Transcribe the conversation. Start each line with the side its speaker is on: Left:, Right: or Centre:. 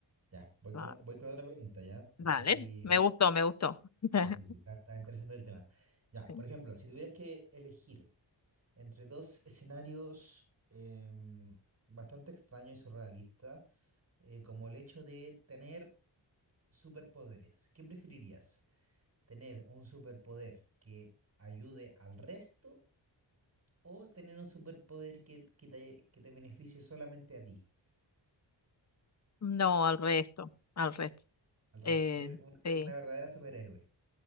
Right: Ya, voy
Left: Va-
Right: con, voy con otra pregunta, ¿ya?
Left: Vale,
Right: Porque estoy...
Left: me gustó, me gustó. <laughs>
Right: Sí, sí, sí, está, está interesante el tema. Ya,
Left: Sí.
Right: por ejemplo, si tuvieras que elegir entre dos escenarios em, bastante extraños y surrealistas, eh, como el hecho de tener superpoderes. ¿Qué preferirías? ¿Tener un superpoder que ayude al resto o tener un superpoder que, que te, que te beneficie solamente a ti,
Left: No, al resto, al resto.
Right: al resto?
Left: Eh,
Right: Ser una,
Left: sí,
Right: una verdadera superhéroe.